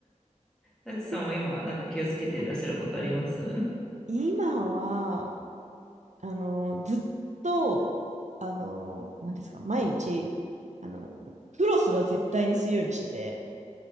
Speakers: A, in the centre; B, on the right (about 65°).
A: タチさんは今、
B: い
A: なんか気をつけていらっしゃることありますう
B: 今は、あの、ずっと、あの、何ですか、毎日、あの、フロスは絶対にするようにしてて、